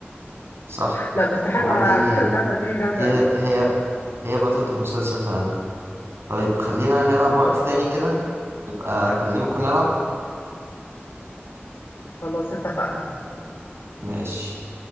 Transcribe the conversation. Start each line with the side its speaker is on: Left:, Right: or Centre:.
Right: صح
Left: لا بس حلوة
Right: هو
Left: على
Right: دي
Left: فكرة اللعبة دي جامدة
Right: دي
Left: قوي
Right: هي هي بطلة المسلسل فعلا طيب خلينا نلعب وقت
Left: اه
Right: تاني كده نبقى أكلمك ونلعب
Left: خلاص اتفقنا
Right: ماشي